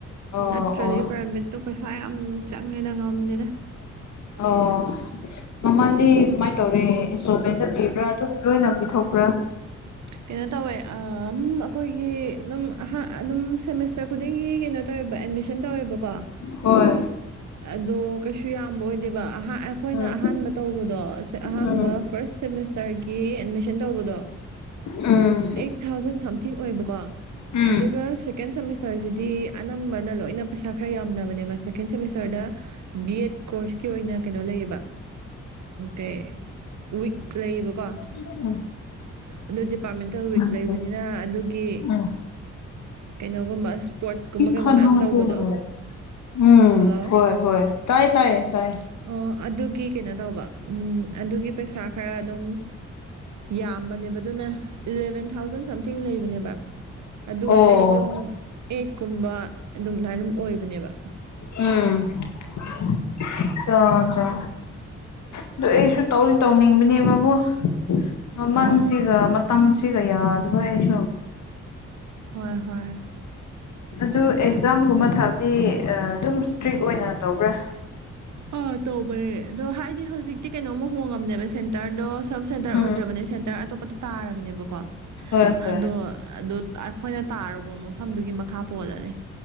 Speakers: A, on the left; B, on the right.
A: ꯑꯣ
B: ꯅꯠꯇ꯭ꯔꯗꯤ
A: ꯑꯣ
B: ꯄ꯭ꯔꯥꯏꯕꯦꯠꯇꯣ ꯄꯩꯁꯥ ꯌꯥꯝ ꯆꯪꯉꯦꯗ ꯉꯝꯗꯦꯗ
A: ꯑꯣ ꯃꯃꯥꯟꯗꯤ ꯗꯨꯃꯥꯏꯅ ꯇꯧꯔꯦ ꯏꯟꯁꯇꯣꯜꯃꯦꯟꯗ ꯄꯤꯕ꯭ꯔꯥ ꯑꯗꯨꯝ ꯂꯣꯏꯅ ꯄꯤꯊꯣꯛꯄ꯭ꯔꯥ
B: ꯀꯩꯅꯣ ꯇꯧꯋꯦ ꯑꯝ ꯑꯩꯈꯣꯏꯒꯤ ꯑꯗꯨꯝ ꯑꯍꯥ ꯑꯗꯨꯝ ꯁꯦꯃꯤꯁꯇꯔ ꯈꯨꯗꯤꯡꯒꯤ ꯀꯩꯅꯣ ꯇꯧꯋꯦꯕ ꯑꯦꯠꯃꯤꯁꯟ ꯇꯧꯋꯦꯕꯀꯣ
A: ꯍꯣꯏ
B: ꯑꯗꯣ ꯀꯩꯁꯨ ꯌꯥꯝꯕ ꯑꯣꯏꯗꯦꯕ ꯑꯍꯥ ꯑꯩꯈꯣꯏꯅ
A: ꯎꯝ
B: ꯑꯍꯥꯟꯕ ꯇꯧꯕꯗꯣ ꯑꯁ ꯑꯍꯥꯟꯕ
A: ꯎꯝ
B: ꯐꯥꯔ꯭ꯁ ꯁꯦꯃꯤꯁꯇꯔꯒꯤ ꯑꯦꯠꯃꯤꯁꯟ ꯇꯧꯕꯗꯣ
A: ꯎꯝ
B: ꯑꯩꯠ ꯊꯥꯎꯖꯟ ꯁꯝꯊꯤꯡ ꯑꯣꯏꯕꯀꯣ
A: ꯎꯝ
B: ꯑꯗꯨꯒ ꯁꯦꯀꯦꯟ ꯁꯦꯃꯤꯁꯇꯔꯁꯤꯗꯤ ꯑꯅꯝꯕꯅ ꯂꯣꯏꯅ ꯄꯩꯁꯥ ꯈꯔ ꯌꯥꯝꯅꯕꯅꯦꯕ ꯁꯦꯀꯦꯟ ꯁꯦꯃꯤꯁꯇꯔꯗ ꯕꯤ ꯑꯦꯗ ꯀꯣꯔꯁꯀꯤ ꯑꯣꯏꯅ ꯀꯩꯅꯣ ꯂꯩꯌꯦꯕ ꯀꯩ ꯋꯤꯛ ꯂꯩꯌꯦꯕꯀꯣ
A: <inaudible>
B: ꯑꯗꯨ ꯗꯤꯄꯥꯔꯠꯃꯦꯟꯇꯦꯜ ꯋꯤꯛ ꯂꯩꯕꯅꯤꯅ
A: ꯎꯝ
B: ꯑꯗꯨꯒꯤ
A: ꯎꯝ
B: ꯀꯩꯅꯣꯒꯨꯝꯕ ꯏꯁꯄꯣꯔꯠꯁ ꯀꯨꯝꯕ
A: ꯈꯟꯍꯧꯗꯣꯏꯅꯦ
B: ꯀꯩꯒꯨꯝꯕ ꯃꯌꯥꯝ ꯇꯧꯕꯗꯣ
A: ꯎꯝ
B: ꯍꯜꯂꯣ
A: ꯍꯣꯏ ꯍꯣꯏ ꯇꯥꯏ ꯇꯥꯏ ꯇꯥꯏꯌꯦ
B: ꯑꯣ ꯑꯗꯨꯒꯤ ꯀꯩꯅꯣ ꯇꯧꯕ ꯎꯝ ꯑꯗꯨꯒꯤ ꯄꯩꯁꯥ ꯈꯔ ꯑꯗꯨꯝ ꯌꯥꯝꯕꯅꯦꯕ ꯑꯗꯨꯅ ꯏꯂꯚꯦꯟ ꯊꯥꯎꯖꯟ ꯁꯝꯊꯤꯡ ꯂꯩꯕꯅꯦꯕ ꯑꯗꯨꯒ
A: ꯑꯣ
B: ꯑꯇꯩꯗꯤ ꯑꯗꯨꯝ ꯑꯩꯠ ꯀꯨꯝꯕ ꯑꯗꯨꯝ ꯑꯗꯥꯏ ꯑꯗꯨꯝ ꯑꯣꯏꯕꯅꯦꯕ
A: ꯎꯝ <inaudible> ꯆ ꯆ ꯑꯗꯨ ꯑꯩꯁꯨ ꯇꯧꯗꯤ ꯇꯧꯅꯤꯡꯕꯅꯦꯕꯕꯨ ꯃꯃꯜꯁꯤꯒ
B: ꯑꯥ
A: ꯃꯇꯝꯁꯤꯒ ꯌꯥꯗꯕ ꯑꯩꯁꯨ
B: ꯍꯣꯏ ꯍꯣꯏ
A: ꯑꯗꯨ ꯑꯦꯛꯖꯥꯝꯒꯨꯝꯕ ꯊꯕꯗꯤ ꯑꯗꯨꯝ ꯏꯁꯇ꯭ꯔꯤꯛ ꯑꯣꯏꯅ ꯇꯧꯕ꯭ꯔꯥ
B: ꯑꯥ ꯇꯧꯕꯅꯦ ꯑꯗꯣ ꯍꯥꯏꯗꯤ ꯍꯧꯖꯤꯛꯇꯤ ꯀꯩꯅꯣꯝ ꯍꯣꯡꯉꯝꯅꯦ ꯁꯦꯟꯇꯔꯗꯣ ꯁꯕ ꯁꯦꯟꯇꯔ
A: ꯎꯝ
B: ꯑꯣꯏꯗ꯭ꯔꯕꯅꯦ ꯁꯦꯟꯇꯔ ꯑꯇꯣꯞꯄꯗ ꯇꯥꯔꯕꯅꯦꯕꯀꯣ
A: ꯍꯣꯏ ꯍꯣꯏ
B: ꯑꯗꯣ ꯑꯗꯨ ꯑꯩꯈꯣꯏꯅ ꯇꯥꯔꯨꯕ ꯃꯐꯝꯗꯨꯒꯤ ꯃꯈꯥ ꯄꯣꯜꯂꯅꯤ